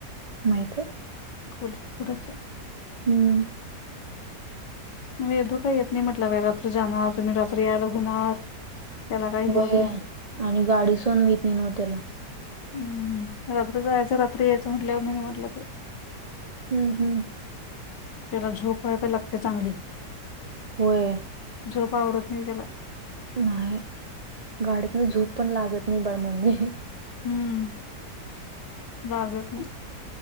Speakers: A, on the right; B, on the left.
A: माहीत हे.
B: <unintelligible>
A: हम्म.
B: <unintelligible> का येत नाही म्हटला बा रात्री जाणार तुम्ही रात्री यायला होणार त्याला काही हे
A: होय
B: होत नाही
A: आणि गाडी सहन होत नाही तेला.
B: हम्म रात्री जायच रात्री यायच म्हटल्यावर नाही म्हटलं तो.
A: हम्म हम्म..
B: त्याला झोप व्हायला पण लागत्या चांगली.
A: होय.
B: झोप आवरत नाही त्याला.
A: नाही गाडीतन झोप पण लागत नाही. बर ममी,
B: हम्म
A: <inaudible>
B: लागत नाही.